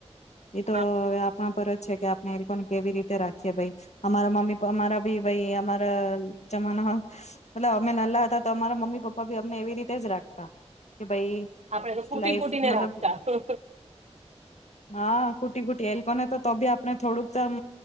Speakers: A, on the left; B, on the right.
A: એ તો
B: હા
A: પરત છે કે આપને એ લોકોને કેવી રીતે રાખીએ અમારા મમ્મી પપ અમારા ભી અમારા જમાના મ અમે નલા હતા તો અમારા મમ્મી પપ્પા ભી અમને એવી રીતે જ રાખતા કે ભાઈ
B: આપડે તો કૂટી
A: લાઈફ
B: કૂટીને
A: મતલબ
B: રાખતા હા
A: હા કુટી કુટી હલ કોને તો તોી આપ આપણે થોડુંકમ